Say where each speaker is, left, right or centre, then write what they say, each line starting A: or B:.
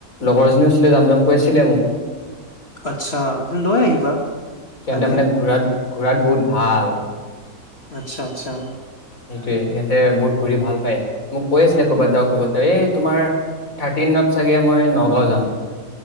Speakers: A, on the left (about 65°); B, on the left (about 45°).
A: লগৰজনীও আছিলে, যাম জাম কৈ আছিলে মোক
B: আচ্ছা লৈ আহিবা
A: তেন্ত
B: ভালেহে
A: মানে ঘূৰাত, ঘূৰাত বহুত ভাল।
B: আচ্ছা। আচ্ছা।
A: সয়ায়ে বহুত ঘূৰি ভাল পায় মোক কৈ আছিলে ক'বাত যাও ক'বাত যাও এই তোমাৰ থাৰ্টিনত চাগে মই নগাও যাম।